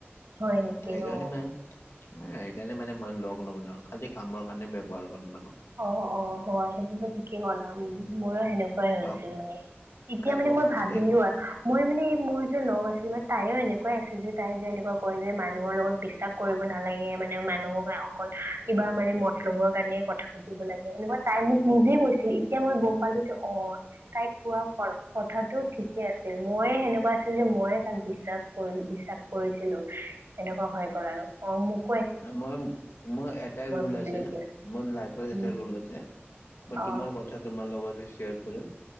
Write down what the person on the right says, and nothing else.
হয় নেকি?
অ।
অ অ হয় সেইটোতো ঠিকেই কলা উম মোৰো সেনেকুৱাই হৈছিলে।
এতিয়া
মানে মই ভাবিলো
আৰু মই মানে এই মোৰ যে লগ আছিলে, তাইও এনেকুৱাই আছিল যে তাই যে এনে কয় যে, মানুহৰ লগত বিশ্বাস কৰিব নালাগে, মানে মানুহক অকল কিবা মানে মতলবৰ কাৰণে কথা পাতিব লাগে, এনেকুৱা তাই মোক নিজে কৈছিল। এতিয়াহে গম পালো যে অ তাইক কোৱা কৰ কথাতটো ঠিকে আছিল, ময়েহে হেনেকুৱা আছিলো। মইয়ে তাক বিশ্বাস কৰি বিশ্বাস কৰিছিলো। এনেকুৱা হৈ গোল আৰু অ মোক
ভাবিলো
এতিয়া
উম
অ',